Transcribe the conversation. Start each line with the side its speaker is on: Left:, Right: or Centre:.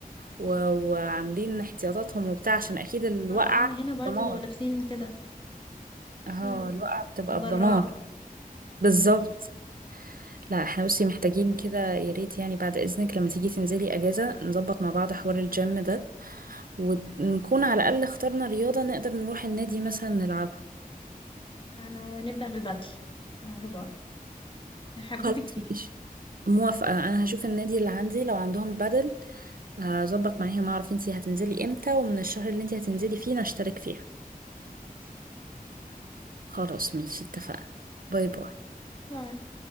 Right: و... وعاملين احتياطاتهم وبتاع عشان أكيد الوقعة
Left: اه اه ما هنا برضه
Right: دمار
Left: بيبقوا لابسين كده لابسين
Right: اه الوقعة بتبقى
Left: مدرعة
Right: بدمار بالظبط
Left: امم
Right: لا احنا بصي محتاجين كده يا ريت يعني بعد إذنك لما تيجي تنزلي أجازة نظبط مع بعض حوار الجيم ده ونكون على الأقل اخترنا رياضة نقدر نروح النادي مثلا نلعبها
Left: أنا نبدأ بالبدل عشان أنا بحبه أوي هحببك
Right: خلاص
Left: فيه
Right: ماشي موافقة أنا هشوف النادي اللي عندي لو عندهم بدل هظبط معاهم أعرف انتي هتنزلي امتى ومن الشهر اللي انتي هتنزلي فيه نشترك فيها
Left: خلاص طبعا
Right: خلاص ماشي اتفقنا باي باي
Left: باي